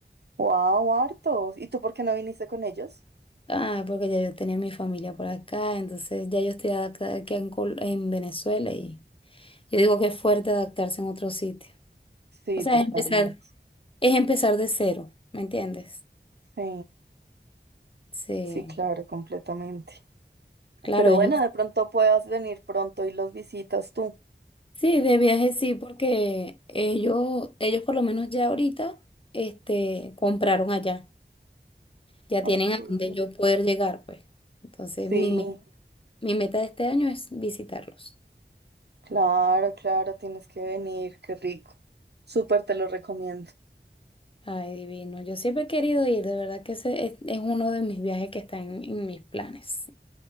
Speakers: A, on the right; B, on the left.
A: Wow, hartos. ¿Y tú por qué no viniste con ellos?
B: Ah, porque ya yo tenía mi familia por acá, entonces ya yo estoy adaptada aquí en, Col- en Venezuela y yo digo que es fuerte adaptarse en otro sitio.
A: Sí,
B: O sea,
A: totalmente.
B: es empezar, es empezar de cero, ¿me entiendes?
A: Sí,
B: Sí,
A: sí, claro, completamente.
B: claro,
A: Pero
B: ellos
A: bueno, de pronto puedas venir pronto y los visitas tú.
B: Sí, de viaje sí, porque ellos, ellos por lo menos ya ahorita, este, compraron allá. Ya
A: Ok.
B: tienen a dónde yo poder llegar, pues. Entonces,
A: Sí.
B: mi meta, mi meta de este año es visitarlos.
A: Claro, claro, tienes que venir, qué rico. Súper te lo recomiendo.
B: Ay, divino. Yo siempre he querido ir, de verdad que ese es, es uno de mis viajes que está en, en mis planes,